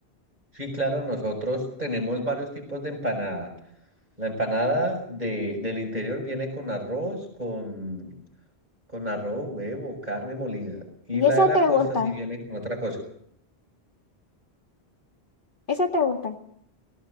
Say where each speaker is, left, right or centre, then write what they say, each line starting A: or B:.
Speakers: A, on the right; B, on the left.
A: sí, claro, nosotros tenemos varios tipos de empanada. La empanada de, del interior viene con arroz, con, con arroz, huevo, carne molida, y
B: Y
A: la
B: esa
A: de la
B: te
A: costa
B: gusta,
A: sí viene con otra cosa.
B: esa te gusta.